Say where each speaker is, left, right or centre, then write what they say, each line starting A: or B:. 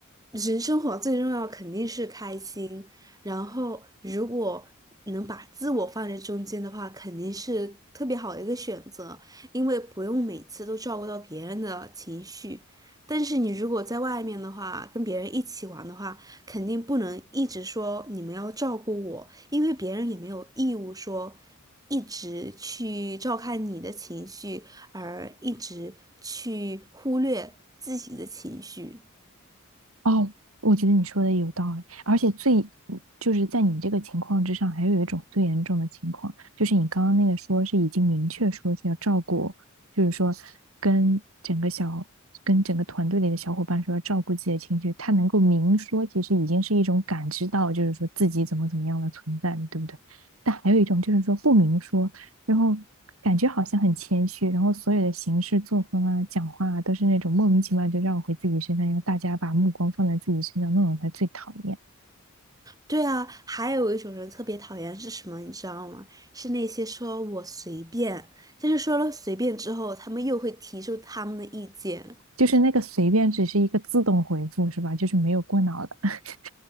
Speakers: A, on the right; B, on the right.
A: 人生活最重要肯定是开心，然后如果能把自我放在中间的话，肯定是特别好的一个选择，因为不用每次都照顾到别人的情绪。但是你如果在外面的话，跟别人一起玩的话，肯定不能一直说你们要照顾我，因为别人也没有义务说一直去照看你的情绪，而一直去忽略自己的情绪。
B: 哦，我觉得你说的有道理，而且最就是在你这个情况之上，还有一种最严重的情况，就是你刚刚那个说是已经明确说是要照顾，就是说跟整个小跟整个团队里的小伙伴说要照顾自己的情绪，他能够明说，其实已经是一种感知到，就是说自己怎么怎么样的存在，对不对？但还有一种就是说不明说，然后感觉好像很谦虚，然后所有的行事作风啊、讲话啊，都是那种莫名其妙就绕回自己身上，让大家把目光放在自己身上，那种才最讨厌。
A: 对啊，还有一种人特别讨厌是什么，你知道吗？是那些说我随便，但是说了随便之后，他们又会提出他们的意见。
B: 就是那个随便只是一个自动回复是吧？就是没有过脑的。<laughs>